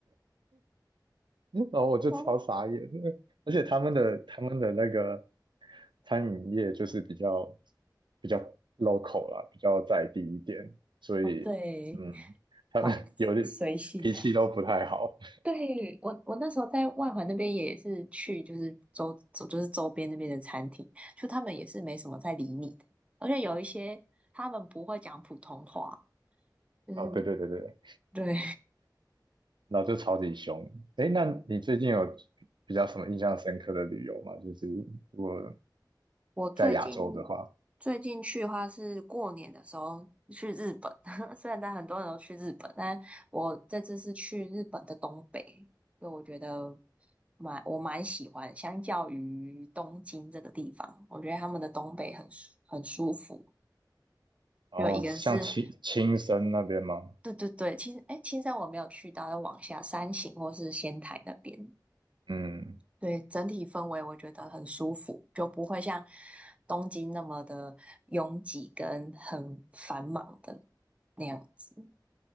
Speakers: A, on the right; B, on the right.
A: <laughs> 然后我就超傻眼的，
B: 哦，
A: 而且他们的他们的那个餐饮业就是比较比较 local 啦，比较在地一点，所以嗯，
B: 哦，对，
A: 他们
B: 买
A: <laughs> 有点脾气都不太好。
B: 随性。对，我，我那时候在外环那边也是去，就是周周就是周边那边的餐厅，就他们也是没什么在理你的，而且有一些他们不会讲普通话，就是
A: 哦，对对对对，
B: 对，
A: 然后就超级凶。哎，那你最近有比较什么印象深刻的旅游吗？就是如果
B: <laughs> 我最近
A: 在亚洲的话，
B: 最近去的话是过年的时候去日本，<laughs> 虽然但很多人都去日本，但我这次是去日本的东北，因为我觉得蛮我蛮喜欢，相较于东京这个地方，我觉得他们的东北很舒很舒服。
A: 然后像青青森那边吗？
B: 就一个是，对对对，青哎青山我没有去到，要往下山形或是仙台那边，
A: 嗯，
B: 对，整体氛围我觉得很舒服，就不会像东京那么的拥挤跟很繁忙的那样子。